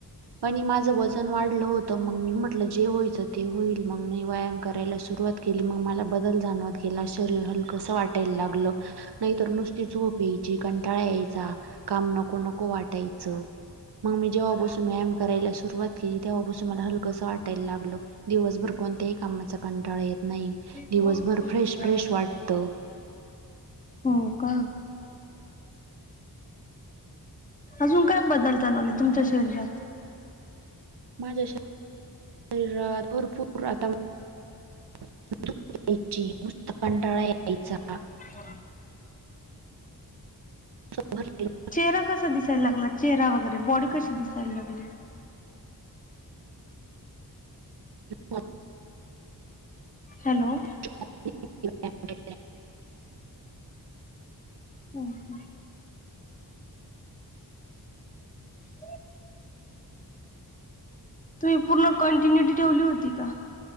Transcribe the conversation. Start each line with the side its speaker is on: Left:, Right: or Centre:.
Right: पण माझं वजन वाढलं होतं मग मी म्हटलं जे व्हायचं ते होईल मग मी व्यायाम करायला सुरुवात केली मग मला बदल जाणवत गेला शरीर हलके कसं वाटायला लागलं नाहीतर नुसती झोप यायची कंटाळा यायचा का नको नको वाटायच मी जेव्हा व्यायाम करायला सुरुवात केली तेव्हापासून मला हलकं वाटायला लागलं. दिवसभर कोणत्याही कामाचा कंटाळा येत नाही.
Left: दु
Right: दिवसभर
Left: उठऽ
Right: फ्रेश फ्रेश वाटतं.
Left: हो का,, अजून काय बदल जाणवले तुमच्या शरीरात?
Right: माझ्या श शरीरात भरपूर आताऽऽ यायची, नुस्त कंडाळा यायचा,,
Left: हां,
Right: ह
Left: चेहरा कसा दिसायला लागला,,? चेहरा वगैरे बॉडी कशी दिसायला लागली?
Right: ह
Left: हॅलो,
Right: <unintelligible>
Left: हम ह. <inaudible> तुम्ही पूर्ण कंटिन्युटी ठेवली होती का?